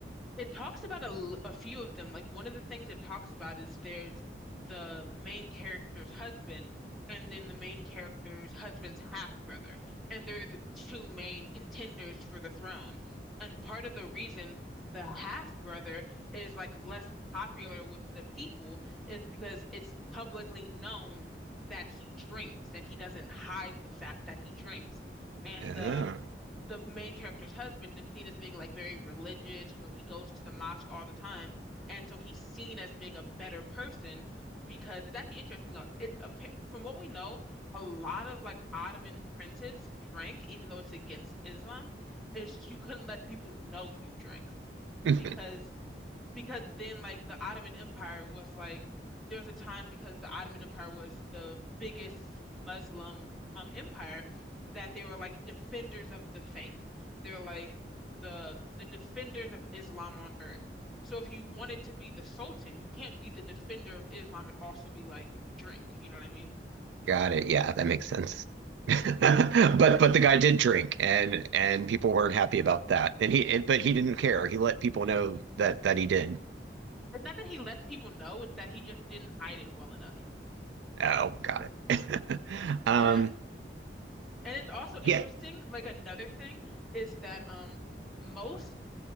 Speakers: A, in the centre; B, on the right.
A: It talks about a, l- a few of them. Like one of the things it talks about is there's the main character's husband and then the main character's husband's half brother. And they're the two main contenders for the throne. And part of the reason the half brother is like less popular with the people is because it's publicly known that he drinks and he doesn't hide the fact that he drinks. And
B: Yeah.
A: the the main character's husband is seen as being like very religious. You know, he goes to the mosque all the time. And so he's seen as being a better person because it's actually interesting. uh, It, appa- from what we know, a lot of like Ottoman princes drank, even though it's against Islam. It's just you couldn't let people know you drank
B: <laughs>
A: because because then like the Ottoman Empire was like there was a time because the Ottoman Empire was the biggest Muslim um empire that they were like defenders of the faith. They're like the the defenders of Islam on earth. So if you wanted to be the Sultan, you can't be the defender of Islam and also be like drink. You know what I mean?
B: Got it. Yeah, that makes sense. <laughs> But but the guy did drink and and people weren't happy about that. And he and, but he didn't care. He let people know that that he did.
A: It's not that he let people know, it's that he just didn't hide it well enough.
B: Oh, got it. <laughs> Um,
A: Uh, And it's also
B: yeah.
A: interesting, like another thing is that um most